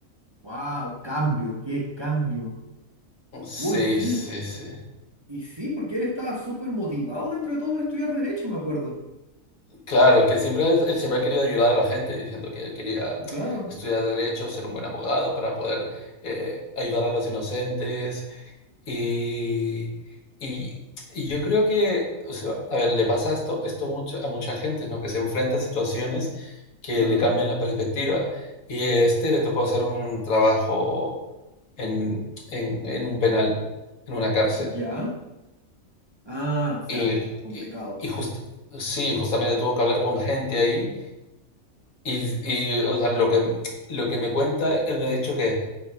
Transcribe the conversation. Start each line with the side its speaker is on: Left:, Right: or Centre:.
Right: ¡Wow! ¡Cambio! ¡Qué cambio!
Left: Sí,
Right: Uy, sí,
Left: sí, sí.
Right: y sí, porque él estaba súper motivado dentro de todo por estudiar Derecho, me acuerdo.
Left: Claro, es que siempre, es- él siempre ha querido ayudar a la gente, diciendo que él quería
Right: Claro,
Left: estudiar derecho, ser un buen abogado para poder eh, ayudar a los inocentes, Y y y yo creo que, o sea, a ver, le pasa esto esto mucho a mucha gente, ¿no? Que se enfrenta a situaciones que
Right: claro.
Left: le cambian la perspectiva. Y a este le tocó hacer un trabajo en en en un penal, en una cárcel.
Right: Ya. Ah, o sea,
Left: Y
Right: complicado.
Left: y y just sí, justamente tuvo que hablar con gente ahí, y y, o sea, lo que lo que me cuenta, él me ha dicho que